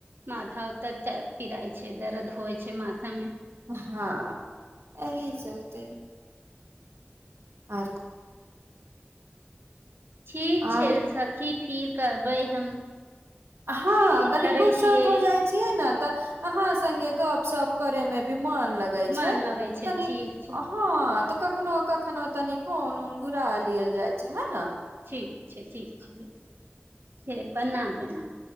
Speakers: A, on the right; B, on the right.
A: माथा उतर पिराइ छै दर्द होइ छै माथा मे
B: हँ एहि चलते आर
A: ठीक
B: आर
A: छै सखी फिर करबै हम
B: हँ तनी
A: करै
B: फुरसत
A: छियै
B: हो जाइ छियै ने तऽ अहाँ संगे गप सप करे मे भी मन लगै
A: मन
B: छै
A: लगै
B: त
A: छै
B: तनी
A: ठीक
B: हँ कखनो कखनो तनि फोन ऊन घुरा लियल जाइत छै है ने
A: ठीक छै ठीक छै से प्रणाम प्रणाम